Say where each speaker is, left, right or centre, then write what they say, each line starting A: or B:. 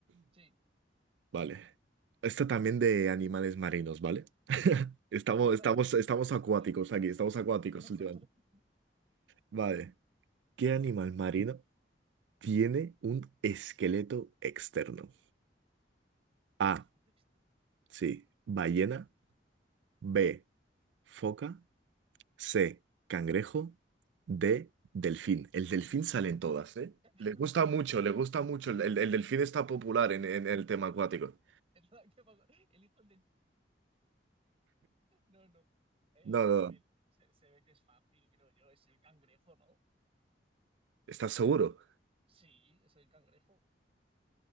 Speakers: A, on the right; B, on the right.
A: Sí.
B: <clears throat> Vale. Esta también de animales marinos, ¿vale? <laughs> Estamos,
A: <laughs>
B: estamos, estamos acuáticos
A: Es,
B: aquí, estamos
A: es,
B: acuáticos
A: estamos
B: últimamente.
A: aquí.
B: Vale. ¿Qué animal marino? Tiene un esqueleto externo.
A: Es
B: A.
A: que no existe-
B: Sí, ballena. B. Foca. C. Cangrejo. D. Delfín. El delfín sale en todas, ¿eh?
A: <laughs>
B: les gusta mucho, le gusta mucho. El, el- el delfín está popular en, en
A: El,
B: el tema
A: el,
B: acuático.
A: el, el hijo del delfín No, no. Eh,
B: No, no,
A: a
B: no.
A: ver, se, se ve que es fácil, creo yo. Es el cangrejo, ¿no?
B: ¿estás seguro?
A: Sí, es el cangrejo.